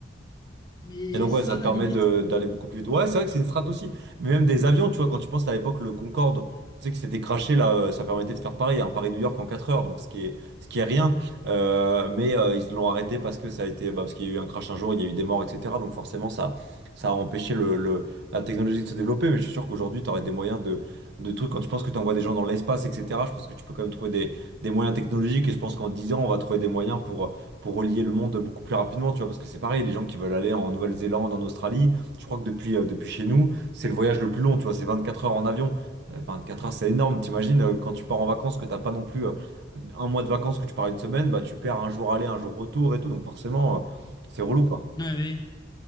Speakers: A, on the left; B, on the right.
A: Mais
B: Et donc,
A: ça,
B: ouais, ça te
A: à la
B: permet
A: limite.
B: de- d'aller beaucoup plus vite. Ouais, c'est vrai que c'est une strat aussi. Mais même des avions, tu vois, quand tu penses à l'époque, le Concorde, tu sais, qui s'était crashé, là, euh, ça permettait de faire Paris, un Paris-New York en 4 heures, donc ce qui est, ce qui est rien. Euh, mais euh, ils l'ont arrêté parce que ça a été, bah, parce qu'il y a eu un crash un jour, il y a eu des morts, etc. Donc, forcément, ça, ça a empêché le, le- la technologie de se développer. Mais je suis sûr qu'aujourd'hui, tu aurais des moyens de, de trucs. Quand tu penses que tu envoies des gens dans l'espace, etc., je pense que tu peux quand même trouver des, des moyens technologiques. Et je pense qu'en 10 ans, on va trouver des moyens pour pour relier le monde beaucoup plus rapidement, tu vois, parce que c'est pareil, les gens qui veulent aller en Nouvelle-Zélande, en Australie, je crois que depuis, euh, depuis chez nous, c'est le voyage le plus long, tu vois, c'est 24 heures en avion. Euh, quatre heures, c'est énorme, t'imagines, euh, quand tu pars en vacances, que t'as pas non plus euh, un mois de vacances, que tu pars une semaine, bah tu perds un jour aller, un jour retour et tout, donc forcément, euh, c'est relou, quoi.
A: Ouais, ouais.